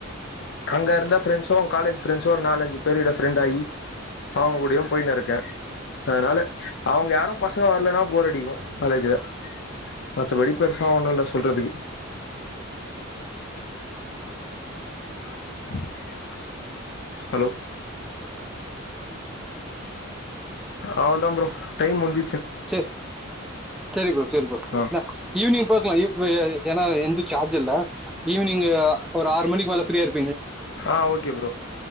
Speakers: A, on the left; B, in the centre.
A: அங்க இருந்தா ஃப்ரெண்ட்ஸோ காலேஜ் ஃப்ரெண்ட்ஸோ ஒரு நாலு அஞ்சு பேர்ட ஃரெண்ட் ஆகி அவங்ககூடயு போயினு இருக்கே அதனால அவங்க யாரும் பசங்க வரலைனா போர் அடிக்கு காலேஜ்ல மத்தபடி பெருசா ஒண்ணும் இல்ல சொல்றதுக்கு <inaudible> ஹலோ அவ்ளதான் ப்ரோ டைம் முடிஞ்
B: சே சேரி சேரி ப்ரோ
A: ஆ
B: நான் ஈவனிங் பாக்கலாம் இப் ஏனா எந்து சார்ஜ் இல்ல ஈவினிங் ஒரு ஆறு மணிக் மேல ஃபிரியா இரு
A: ஆஹ் ஓகே ப்ரோ